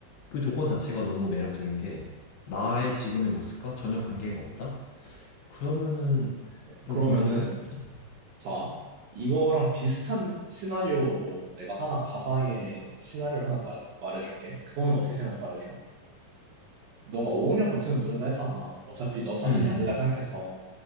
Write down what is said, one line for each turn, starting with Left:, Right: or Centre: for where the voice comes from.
Left: 그 조건 자체가 너무 매력적인 게 나의 지금의 모습과 전혀 관계가 없다? 그러면은 좀
Right: 그러면은,
Left: 고민을 할 수 있잖아.
Right: 자, 이거랑 비슷한 시나리오로 내가 하나, 가상의 시나리오를 하나 말, 말해줄게. 그거는 어떻게 생각하지 말해줘. 너가 5억 년 버튼을 누른다 했잖아. 어차피 너 자신이
Left: 음,
Right: 아니라 생각해서.